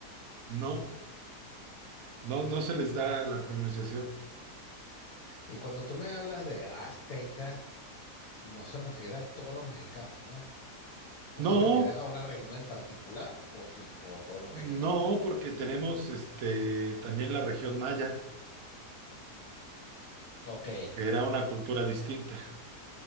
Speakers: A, on the right (about 70°); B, on the left (about 65°).
A: no, no, no se les da la pronunciación.
B: Y cuando tú me hablas de azteca, no se refiere a todos los mexicanos, ¿no? O
A: No,
B: se refiere a una región en particular, o sí, o a todos los
A: no,
B: mexicanos.
A: porque tenemos este también la región maya,
B: Ok,
A: que era una cultura distinta,